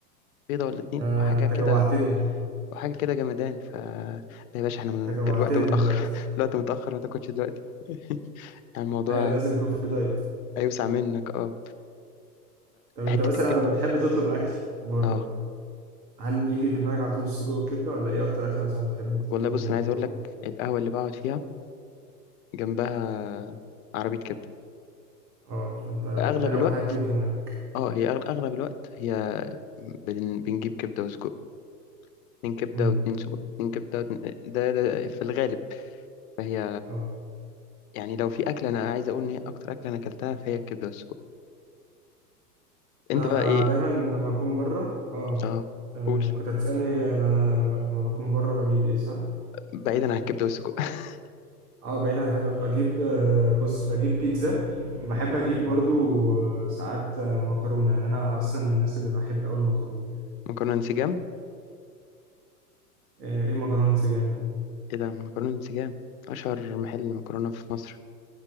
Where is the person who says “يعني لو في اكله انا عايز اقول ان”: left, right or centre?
Left